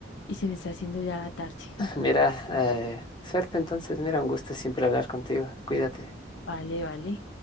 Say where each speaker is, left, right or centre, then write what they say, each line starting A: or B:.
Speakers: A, on the left; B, on the left.
A: y se me está haciendo ya la tarde. <laughs>
B: mira, eh, suerte entonces, mira, un gusto siempre hablar contigo, cuídate.
A: Vale, vale.